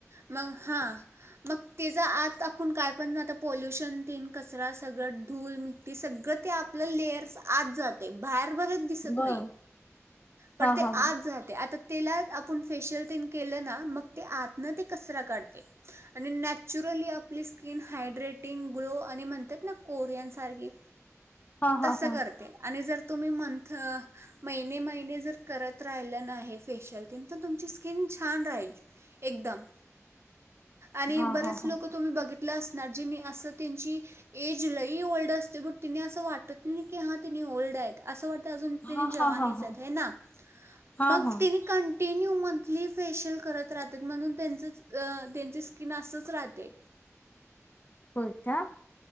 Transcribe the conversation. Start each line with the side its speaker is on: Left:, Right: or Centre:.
Right: मग हा मग त्याचा आत आपण काय पण आता पॉल्युशन तीन कचरा सगळं धूल मिट्टी सगळं ते आपलं लेयर् आत जाते बाहेर दिसत
Left: बर
Right: नाही बट
Left: हा
Right: ते
Left: हा हा
Right: आते आता त्याला आपण फेशियल तीन केलं ना मग ते आत न ते कचरा काढते आणि नॅचरली आपली स्किन हायड्रेटिंग ग्लो आणि म्हणतात ना कोरियनसारखी
Left: हा
Right: तसं
Left: हा हा
Right: करते आणि जर तुम्ही मंथ महिने महिने जर करत राहिलं ना हे फेशियल त तुमची स्किन छान राहील एकदम आणि
Left: हा
Right: बरेच
Left: हा हा
Right: लोक तुम्ही बघित असणार जि असं त्यांची एज लई ओल्ड असते पण तिने असं वाटत की हा तिने ओल्ड आहेत असं वाट अजून तेनी
Left: हा
Right: जवानी
Left: हा हा
Right: च
Left: हा
Right: ये हेना
Left: हा
Right: मग
Left: हा
Right: तेनी कं ते न्यू मंथली फेशियल करत राहत म्हण त्यांचच ग त्यांची स्किन असच राहते
Left: होय का